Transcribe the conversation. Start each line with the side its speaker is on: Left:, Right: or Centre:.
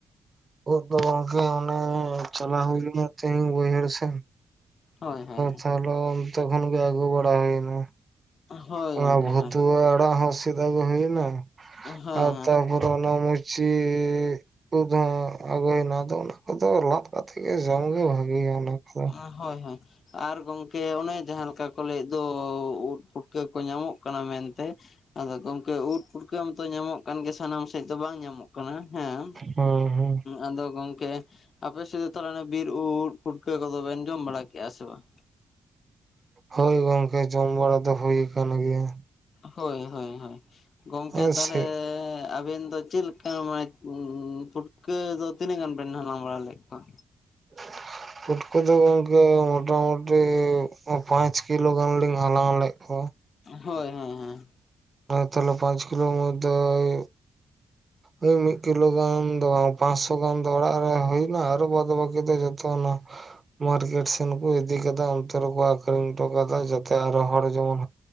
Right: ᱩᱫ ᱫᱚ ᱜᱚᱝᱠᱮ ᱪᱟᱞᱟᱣ ᱦᱩᱭ ᱞᱮᱱᱟ ᱛᱤᱦᱤᱧ ᱵᱟᱹᱭᱦᱟᱲ ᱥᱮᱫ ᱾
Left: ᱦᱳᱭ ᱦᱳᱭ
Right: ᱛᱟᱦᱚᱞᱮ ᱚᱱᱛᱮ ᱠᱷᱚᱱ ᱜᱮ ᱟᱜᱩ ᱵᱟᱲᱟ ᱦᱩᱭᱱᱟ᱾
Left: ᱦᱳᱭ
Right: ᱚᱱᱟ
Left: ᱜᱚᱝᱠᱮ
Right: ᱵᱷᱩᱛᱩᱣᱟᱹ
Left: ᱦᱳᱭ
Right: ᱟᱲᱟᱜ ᱦᱚᱸ ᱥᱤᱫ ᱟᱜᱩ ᱦᱩᱭᱱᱟ
Left: ᱦᱳᱭ
Right: ᱟᱨ ᱛᱚ ᱱᱚᱣᱲ ᱢᱩᱪᱤ ᱩᱫ ᱦᱚ ᱟᱹᱜᱚᱭᱮᱱᱟ ᱟᱫᱚ ᱚᱱᱟ ᱠᱚᱫᱚ ᱞᱟᱫ ᱠᱟᱛᱮ ᱜᱮ ᱡᱚᱢ ᱜᱮ ᱵᱷᱟᱜᱮᱭᱟ ᱚᱱᱟ ᱠᱚᱫᱚ᱾
Left: ᱦᱳᱭ ᱦᱳᱭ ᱦᱳᱭ ᱟᱨ ᱜᱚᱝᱠᱮ ᱚᱱᱮ ᱡᱟᱦᱟᱸ ᱞᱮᱠᱟ᱾ ᱠᱚᱞᱟᱭᱮᱫᱚ ᱩᱫ ᱯᱩᱴᱠᱟᱹ ᱠᱚ ᱧᱟᱢᱚᱜ ᱠᱟᱱᱟ ᱢᱮᱱᱛᱮ ᱟᱫᱚ ᱜᱚᱢᱠᱮ ᱩᱫ ᱯᱩᱴᱠᱟᱹ ᱧᱟᱢᱚᱜ ᱠᱟᱱ ᱜᱮᱭᱟ ᱥᱟᱱᱟᱢ ᱥᱮᱫ ᱫᱚ ᱵᱟᱝ ᱧᱟᱢᱚᱜ ᱠᱟᱱᱟ ᱦᱮᱸ᱾
Right: ᱦᱮᱸ ᱦᱮᱸ
Left: ᱟᱫᱚ ᱜᱚᱝᱠᱮ ᱟᱯᱮ ᱥᱮᱫ ᱛᱟᱦᱚᱞᱮ ᱵᱤᱨ ᱩᱫ ᱯᱷᱩᱴᱠᱟᱹ ᱠᱚᱫᱚ ᱵᱮᱱ ᱡᱚᱢ ᱵᱟᱲᱟ ᱠᱮᱜᱼᱟ ᱥᱮ ᱵᱟᱝ?
Right: ᱦᱳᱭ ᱜᱚᱝᱠᱮ ᱡᱚᱢ ᱵᱟᱲᱟ ᱫᱚ ᱦᱩᱭ ᱠᱟᱱᱟᱱ ᱜᱮᱭᱟ᱾
Left: ᱦᱳᱭ ᱦᱳᱭ ᱜᱚᱢᱠᱮ
Right: ᱦᱮᱸ
Left: ᱛᱟᱦᱚᱞᱮ
Right: ᱥᱮ
Left: ᱟᱵᱮᱱ ᱫᱚ ᱪᱮᱫᱞᱮᱠᱟ᱾ ᱢᱟᱱᱮ ᱯᱷᱩᱸᱴᱠᱟ. ᱫᱚ ᱛᱤᱱᱟᱜ ᱜᱟᱱ ᱵᱮᱱ ᱦᱟᱞᱟᱝ ᱵᱟᱲᱟ ᱞᱮᱫ ᱠᱚᱣᱟ᱾
Right: <unintelligible> ᱯᱩᱴᱠᱟ ᱫᱚ ᱜᱚᱝᱠᱮ ᱢᱚᱴᱟᱢᱩᱴᱤ ᱯᱟᱸᱪ ᱠᱤᱞᱳ ᱜᱟᱱ ᱞᱤᱧ ᱦᱟᱞᱟᱝ ᱞᱮᱫ ᱠᱚᱣᱟ᱾
Left: ᱦᱳᱭ ᱦᱳᱭ ᱦᱮᱸ᱾
Right: ᱛᱟᱦᱞᱮ ᱯᱟᱸᱪ ᱠᱤᱞᱳ ᱢᱚᱫᱫᱮ ᱳᱭ ᱳᱭ ᱢᱤᱫ ᱠᱤᱞᱳ ᱜᱟᱱ ᱫᱚ ᱵᱟᱝ ᱯᱟᱸᱥᱥᱚ ᱜᱟᱱ ᱫᱚ ᱚᱲᱟᱜ ᱨᱮ ᱦᱩᱭ ᱮᱱᱟ ᱟᱨᱚ ᱵᱟᱫ ᱵᱟᱹᱠᱤ ᱫᱚ ᱡᱚᱛᱚ ᱚᱱᱟ ᱢᱟᱨᱠᱮᱴ ᱥᱮᱱ ᱠᱚ ᱤᱫᱤ ᱠᱮᱫᱟ ᱚᱱᱛᱮ ᱨᱮᱠᱚ ᱟᱠᱷᱨᱤᱧ ᱦᱚᱴᱚ ᱠᱟᱫᱟ ᱡᱚᱛᱚᱼᱼ ᱛᱮ ᱟᱨᱚ ᱦᱚᱲ ᱡᱮᱢᱚᱱ